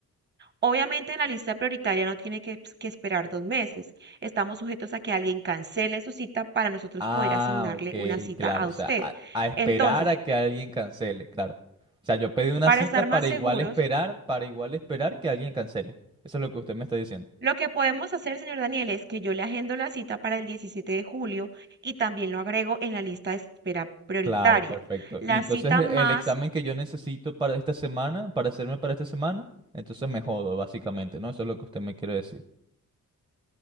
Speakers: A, on the right; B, on the right.
A: Obviamente en la lista prioritaria no tiene que, que esperar dos meses. Estamos sujetos a que alguien cancele su cita para nosotros
B: Ah,
A: poder asignarle
B: ok,
A: una cita
B: claro,
A: a
B: o
A: usted.
B: sea, a, a esperar
A: Entonces,
B: a que alguien cancele, claro. O sea, yo pedí una
A: para
B: cita
A: estar
B: para
A: más seguros,
B: igual esperar, para igual esperar que alguien cancele. Eso es lo que usted me está diciendo.
A: Lo que podemos hacer, señor Daniel, es que yo le agendo la cita para el 17 de julio y también lo agrego en la lista de espera prioritaria.
B: Claro, perfecto.
A: La
B: Y entonces
A: cita
B: e-
A: más,
B: el examen que yo necesito para esta semana, para hacerme para esta semana, entonces me jodo, básicamente, ¿no? Eso es lo que usted me quiere decir.